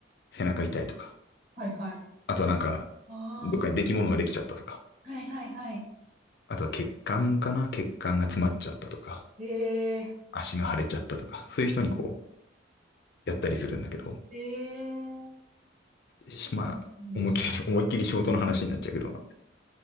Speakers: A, on the left; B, on the right.
A: 背中痛いとか、
B: はいはい。
A: あとはなんか、
B: あ
A: どっかに出来物ができちゃったとか、
B: あ、はいはいはい。
A: あとは血管かな血管が詰まっちゃったとか、
B: ええ
A: 足が腫れちゃったとか、そういう人にこう、やったりするんだけど、
B: えー、
A: しまあ、
B: なんです。
A: 思いっきり、<laughs> 思いっきり仕事の話になっちゃうけど、